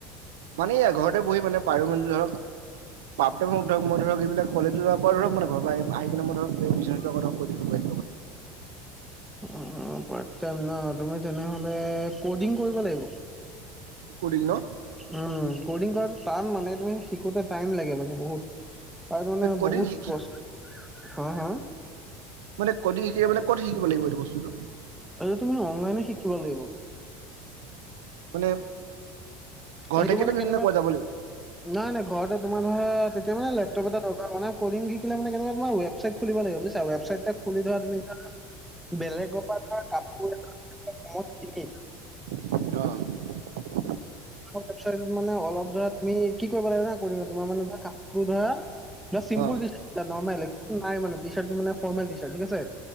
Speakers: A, on the right; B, in the centre.
A: মানে এয়া ঘৰতে বহি মানে পাৰো মান ধৰক পাপতে মোক ধৰক মই ধৰক এইবিলাক কলেজো যোৱাৰ পৰা ধৰ মান ঘৰ পৰা আহি কিনে মই ধৰকৈ থিব।
B: <unintelligible> অ পট ট ন তুমি তেনেহ'লে ক'ডিং কৰিব লাগিব।
A: কডিং ন
B: উম। কড্ৰিং কৰাটো টান মানে তুমি শিকোতে টাইম লাগে মানে বহুত। আৰু মানে
A: কদ্ৰিং
B: বহুত
A: শিকি
B: কষ্ট হা হা
A: মানে কডিং শিক মানে ক'ত শিকিব লাগিব এইটো বস্তুটো।
B: এই তুমি অনলাইনে শিকিব লাগিব।
A: মানে ঘৰ
B: সেইটো
A: থাকিলে
B: মানে
A: তেনা
B: কেনেকুৱা
A: পোৱা যাব লাগিব।
B: নাই নাই ঘৰতে তোমাৰ ধৰা তেতিয়া মানে লেপটপ এটা দকাৰ শিকে ম ৱেবচাইট খুলিব লাগিব বুজিছা ৱেবাচাইড খুলি ধৰা তুমি বেলেগৰ পৰা কাপোৰ কত কিনি
A: শুদ্ধ।
B: ৱাইত মানে অলপ ধৰা তুমি কি কৰিব লাগে না কৰিম তোমাৰ মানে এ কাম ধৰা। চিম্পল
A: অ অ
B: নাইে টি চাৰ মে ফৰ্ম টি চাৰ ঠিক আছে।